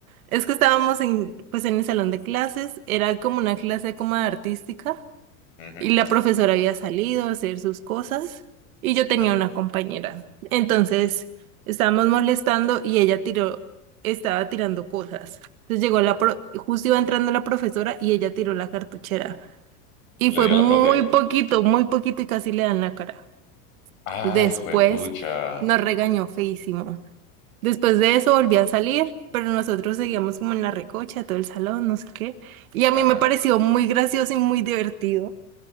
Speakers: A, on the right (about 65°); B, on the left (about 60°).
A: Es que estábamos en, pues en el salón de clases, era como una clase como de artística
B: Ujú,
A: y la profesora había salido a hacer sus cosas y yo tenía
B: Sí.
A: una compañera. Entonces estábamos molestando y ella tiró, estaba tirando cosas. Entonces llegó la pro- justo iba entrando la profesora y ella tiró la cartuchera y fue
B: Le dio
A: muy
B: a la profe.
A: poquito, muy poquito y casi le dan la cara.
B: Ay,
A: Después
B: juepucha.
A: nos regañó feísimo. Después de eso volví a salir, pero nosotros seguíamos como en la recocha, todo el salón, no sé qué. Y
B: Ajá.
A: a mí me pareció muy gracioso y muy divertido